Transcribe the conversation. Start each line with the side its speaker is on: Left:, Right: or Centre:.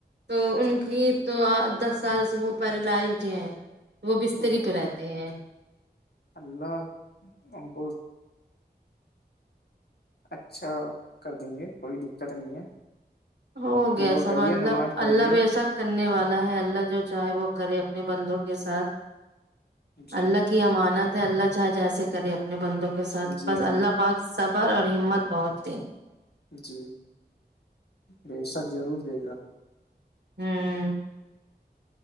Right: تو ان
Left: جی
Right: کی توج دس سال سے وہ پیرالائزڈ ہے وہ بستری
Left: او
Right: پہ رہتے ہیں
Left: اللہ ان کو اچھا کر دیں گے کوئی دقت نہیں ہے
Right: ہو گیا
Left: دعا
Right: سب
Left: کریے
Right: اللہ
Left: نماز پڑھیے
Right: اللہ بےشک کرنے والا ہے اللہ جو چاہے وہ کرے اپنے بندوں کے ساتھ
Left: جی
Right: اللہ کی امانت ہے اللہ چاہے جیسے کرے اپنے بندوں کے ساتھ
Left: جی
Right: بس
Left: جی
Right: اللہ پاک صبر اور ہمت بہت دی
Left: جی بے شک ضرور دے گا
Right: ہوں